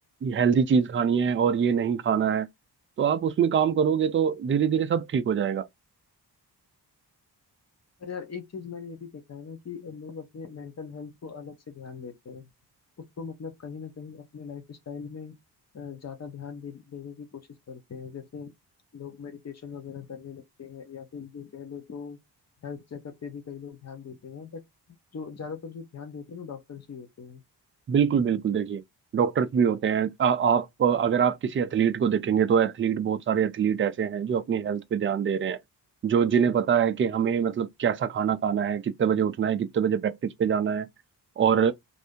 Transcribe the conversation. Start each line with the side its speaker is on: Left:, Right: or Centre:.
Right: हेल्दी चीज खानी है और ये नहीं खाना है तो आप उसमें काम करोगे तो धीरे धीरे सब ठीक हो जाएगा
Left: पर यार एक चीज मैंने ये भी देखा है ना कि लोग अपने मेंटल हेल्थ को अलग से ध्यान देते हैं उसको मतलब कहीं ना कहीं अपने लाइफ स्टाइल में अ, ज्यादा ध्यान दे, देने की कोशिश करते हैं जैसे लोग मेडिटेशन वगैरह करने लगते हैं या फिर जो कह लो तो हेल्थ चेकअप पे भी कई लोग ध्यान देते हैं बट जो ज्यादातर जो ध्यान देते हैं वो डॉक्टर्स ही होते हैं
Right: बिल्कुल बिल्कुल देखिए डॉक्टर्स भी होते हैं आ, आप अगर आप किसी एथलीट को देखेंगे तो एथलीट बहुत सारे एथलीट ऐसे हैं जो अपनी हेल्थ पे ध्यान दे रहे हैं जो जिन्हें पता है कि हमें मतलब कैसा खाना खाना है कितने बजे उठना है कितने बजे प्रैक्टिस पे जाना है और